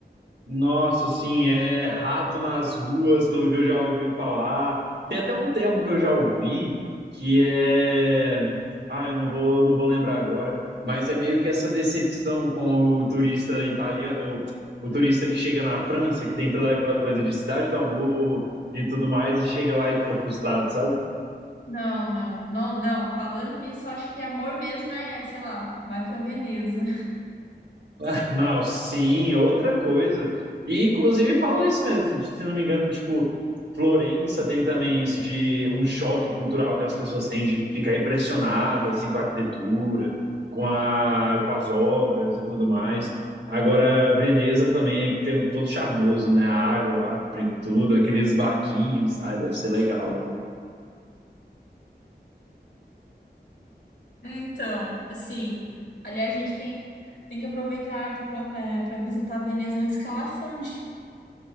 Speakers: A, on the right; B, on the left.
A: Nossa, assim, é rato nas ruas, pelo que eu já ouvi falar. Tem até um termo que eu já ouvi que é. Ah, eu não vou, não vou lembrar agora, mas é meio que essa decepção com o turista italiano, o, o turista que chega na França, que tem toda aquela coisa de cidade do amor e tudo mais, e chega lá e fica frustrado, sabe?
B: Não, não, não, não. Falando nisso, eu acho que amor mesmo é, sei lá, vai para Veneza.
A: <laughs> Não, sim, outra coisa. E inclusive falam isso mesmo, se não me engano, tipo, Florença tem também isso de um choque cultural que as pessoas têm de ficar impressionadas assim com a arquitetura, com a, com as obras e tudo mais. Agora, Veneza também é tem um todo charmoso, né? A água lá cobrindo tudo, aqueles barquinhos, ai, deve ser legal,
B: É, então, assim, aliás, a gente tem, tem que aproveitar para visitar Veneza antes que ela afunde.